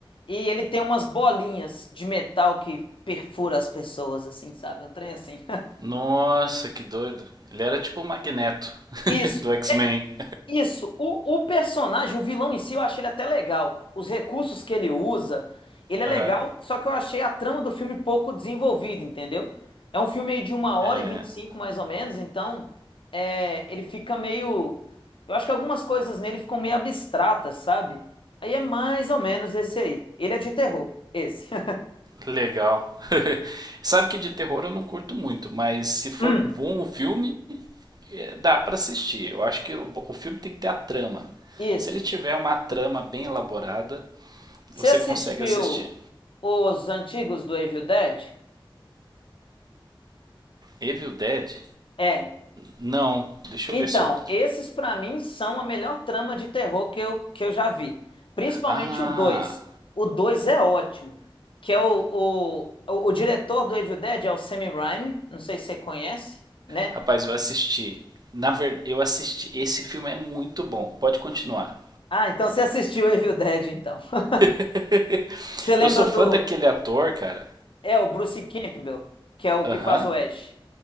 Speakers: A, on the left; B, on the right.
A: E ele tem umas bolinhas de metal que perfura as pessoas, assim, sabe? Um trem assim.
B: Nossa, que doido. Ele era tipo o Magneto
A: <laughs>
B: <laughs>
A: Isso.
B: do X-Men.
A: Isso, o, o personagem, o vilão em si, eu achei ele até legal. Os recursos que ele usa, ele é legal,
B: Aham,
A: só que eu achei a trama do filme pouco desenvolvida, entendeu? É um filme aí de uma hora
B: é.
A: e vinte e cinco, mais ou menos, então é, ele fica meio. Eu acho que algumas coisas nele ficam meio abstratas, sabe? Aí é mais ou menos esse aí. Ele é de terror, esse. <laughs>
B: Legal. <laughs> Sabe que de terror eu não curto muito, mas se for
A: Hum,
B: bom o filme, eh, dá pra assistir. Eu acho que o, o filme tem que ter a trama.
A: isso.
B: Se ele tiver uma trama bem elaborada,
A: Você
B: você
A: assistiu
B: consegue assistir.
A: os antigos do Evil Dead?
B: Evil Dead?
A: É.
B: Não. Deixa
A: Então,
B: eu ver se eu.
A: esses pra mim são a melhor trama de terror que eu, que eu já vi. Principalmente
B: Ah,
A: o 2. O 2 é ótimo. Que é o, o, o, o diretor do Evil Dead é o Sam Raimi. Não sei se você conhece, né?
B: rapaz, eu assisti. Na verdade, eu assisti. Esse filme é muito bom. Pode continuar.
A: Ah, então você assistiu Evil Dead, então. <laughs>
B: <laughs>
A: Você lembra
B: Eu sou fã
A: do...
B: daquele ator, cara.
A: É o Bruce Campbell, que é o
B: Aham.
A: que faz o Ash.